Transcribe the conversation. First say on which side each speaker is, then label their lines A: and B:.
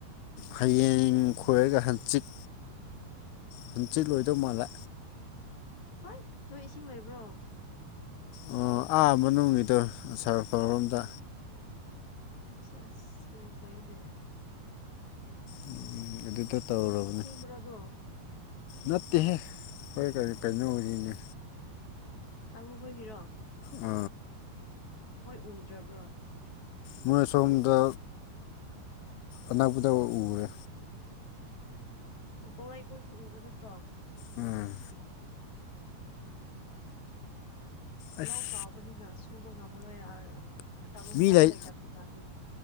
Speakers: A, on the left; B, on the left.
A: ꯍꯌꯦꯡ ꯈꯣꯏꯔꯒ ꯍꯥꯟꯆꯤꯛ ꯍꯟꯆꯤꯠ ꯂꯣꯏꯗꯧ ꯃꯥꯜꯂꯦ
B: ꯍꯣꯏ ꯅꯣꯏ ꯏꯁꯤꯡ ꯂꯩꯕ꯭ꯔꯣ
A: ꯑꯣ ꯑꯥ ꯃꯅꯨꯡꯒꯤꯗꯣ ꯑꯁꯥꯔꯐꯥꯎꯔꯣꯝꯗ
B: ꯑꯁ ꯌꯥꯝ ꯐꯥꯏꯅꯦ
A: ꯎꯝ ꯑꯗꯨꯗ ꯇꯧꯔꯕꯅꯦ
B: ꯄꯨ꯭ꯔꯗꯣ
A: ꯅꯠꯇꯦꯍꯦ ꯍꯣꯏ ꯀꯩꯅꯣ ꯑꯣꯏꯔꯤꯅꯦ
B: ꯇꯥꯡꯨ ꯍꯣꯏꯒꯤꯔꯣ
A: ꯎ
B: ꯍꯣꯏ ꯎꯗ꯭ꯔꯕ꯭ꯔꯣ
A: ꯃꯣꯏ ꯁꯣꯝꯗ ꯑꯅꯛꯄꯗ ꯎꯔꯦ
B: ꯑꯣ ꯄꯧꯔꯥ ꯑꯩꯈꯣꯏꯁꯨ ꯎꯕ ꯅꯠꯇ꯭ꯔꯣ
A: ꯎꯝ ꯑꯁ
B: ꯂꯧ ꯆꯥꯎꯕꯅꯤꯅ ꯁꯨꯕ ꯉꯝꯃꯔꯣꯏ ꯇꯥꯂꯣꯝ
A: ꯃꯤ
B: ꯄꯥꯕ
A: ꯂꯩ
B: ꯂꯩꯇꯕꯅꯤꯅ ꯑꯗꯨꯗꯤ